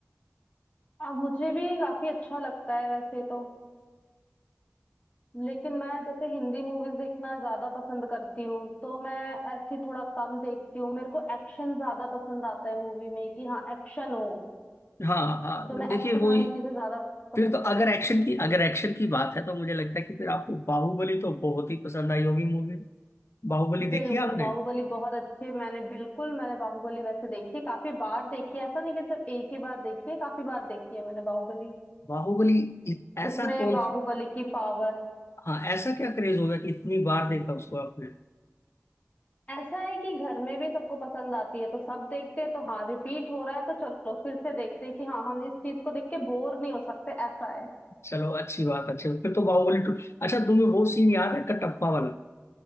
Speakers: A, on the left (about 30°); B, on the left (about 60°).
A: अब मुझे भी काफी अच्छा लगता है वैसे तो लेकिन मैं जैसे हिंदी मूवीज देखना ज्यादा पसंद करती हूँ तो मैं ऐसी थोड़ा कम देखती हूँ मेरे को एक्शन ज्यादा पसंद आता है मूवी में कि हाँ एक्शन हो
B: हाँ हाँ
A: तो मैं
B: देखिए
A: एक्शन
B: वही
A: वाली चीजें ज्यादा पसंद
B: फिर तो
A: करती
B: अगर एक्शन
A: हूँ
B: की अगर एक्शन की बात है तो मुझे लगता है कि फिर आपको बाहुबली तो बहुत ही पसंद आई होगी मूवी बाहुबली
A: बिल्कुल
B: देखी है आपने
A: बाहुबली बहुत अच्छी है मैंने बिल्कुल मैंने बाहुबली वैसे देखी है काफी बार देखी है ऐसा नहीं कि सिर्फ एक ही बार देखी है काफी बार देखी है मैंने बाहुबली
B: बाहुबली इत- ऐसा
A: उसमें
B: कौन
A: बाहुबली की पावर
B: हाँ ऐसा क्या क्रेज हो गया कि इतनी बार देखा उसको आपने
A: ऐसा है कि घर में भी सबको पसंद आती है तो सब देखते हैं तो हाँ रिपीट हो रहा है तो चलो फिर से देखते हैं कि हाँ हम इस चीज को देख के बोर नहीं हो सकते ऐसा है
B: चलो अच्छी बात अच्छी बात फिर तो बाहुबली टू अच्छा तुम्हें वो सीन याद है कटप्पा वाला